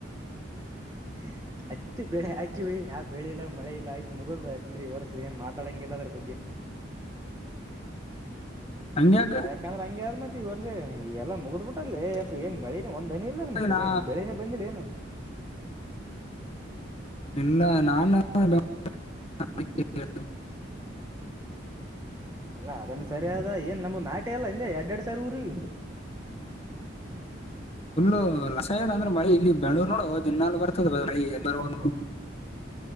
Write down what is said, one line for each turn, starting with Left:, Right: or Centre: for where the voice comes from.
Right: ಹ <inaudible> ಹತ್ತಿ ಬೆಳೆ ಹಾಕಿವಿ ಯಾವ ಬೆಳೆ ಇಲ್ಲ ಮಳೆ ಇಲ್ಲ ಆಯ್ತ್ ಮುಗ್ ಹತ್ತಿದ ವರ್ಸದ ಏನ್ ಮಾತಾಡಂಗ್ ಇಲ್ಲ ಅದ್ರ ಬಗ್ಗೆ ಹ <inaudible>
Left: ಹಂಗೆಕ
Right: ಯಾಕಂದ್ರೆ ಹಂಗೆ ಮತ್ ಈ ವರ್ಷ ಎಲ್ಲಾ ಮುಗಿದ್ ಬಿಟ್ಟದ್ಲೇ ಏನ್ ಮಳೆನೆ ಒಂದ್ ಹನಿ ಇಲ್ಲ ನ ಮತ್ತೇನು
Left: ನಾ
Right: ಬೆಳನೇ ಬಂದಿಲ್ಲ ಏನು
Left: ಇಲ್ಲ ನಾನ <inaudible>
Right: ಅಲ್ಲ ಅದನ್ ಸರಿಯದ ಏನ್ ನಮ್ ನಾಟ ಎಲ್ಲ ಹಿಂದೆ ಎರಡ್ ಎರಡ್ ಸಾವರ ಊರಿ
Left: ಪುಲ್ಲು ಲಸಾಯ ಅಂದ್ರೆ ಮಳಿ ಇಲ್ಲಿ ಬೆಂಗಳೂರು ನೋಡು ದಿನ್ನಲು ಬರ್ತದ ಮಳಿ ಎಲ್ಲ ನೋಡು